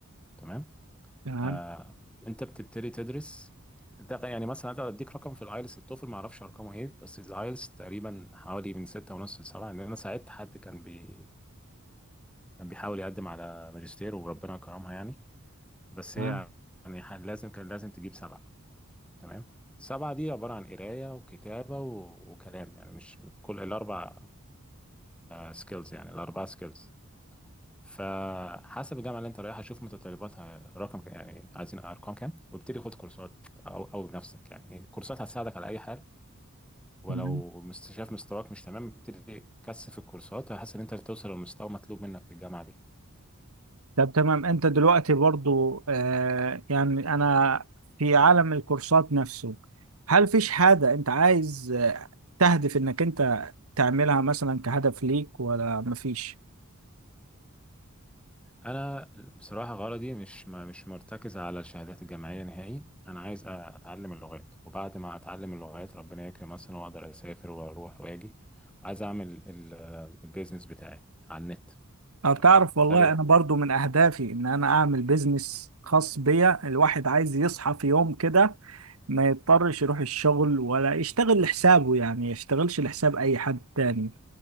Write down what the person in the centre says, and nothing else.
تمام
آه أنت بتبتدي تدرس ده يعني مثلا أنا أديك رقم في الآيلتس التوفل معرفش أرقامه إيه بس الآيلتس تقريبا حوالي من ستة ونص لسبعة لأن أنا ساعدت حد كان بي كان بيحاول يقدم على ماجستير وربنا كرمها يعني بس
هي يعني ح- لازم كان لازم تجيب سبعة تمام سبعة دي عبارة عن قراية وكتابة و- وكلام يعني مش كل الأربع سكيلز يعني الأربعة سكيلز فحسب الجامعة اللي أنت رايحها شوف متطلباتها رقم يعني عايزين أرقام كام وابتدي خد كورسات أو أو بنفسك يعني كورسات هتساعدك على أي حال ولو
مست- شايف مستواك مش تمام ابتدي كثف الكورسات هحس إن أنت توصل للمستوى مطلوب منك في الجامعة دي
انا بصراحه غرضي مش ما مش مرتكز على الشهادات الجامعيه نهائي انا عايز أ- اتعلم اللغات وبعد ما اتعلم اللغات ربنا يكرم مثلا واقدر اسافر واروح واجي وعايز اعمل ال- البيزنس بتاعي على النت
تمام
بالتالي